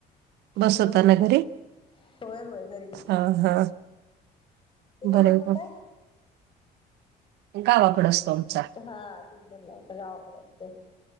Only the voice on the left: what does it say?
हम्म.
होय होय घरी बसवतोय
तुम्ही
बसवताय.
हा तुम्ही म्हणला होता गावाकडे असतोय.